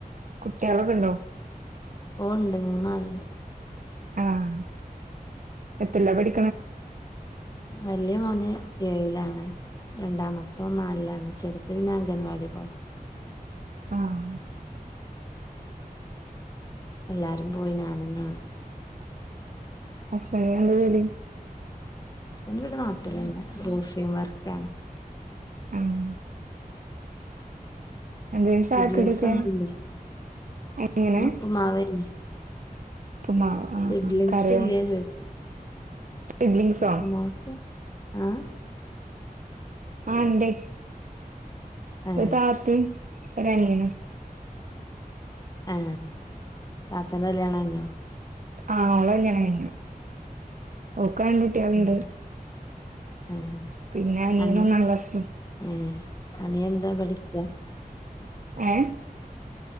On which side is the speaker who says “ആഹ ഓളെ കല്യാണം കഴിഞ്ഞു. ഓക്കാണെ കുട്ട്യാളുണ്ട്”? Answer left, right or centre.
Right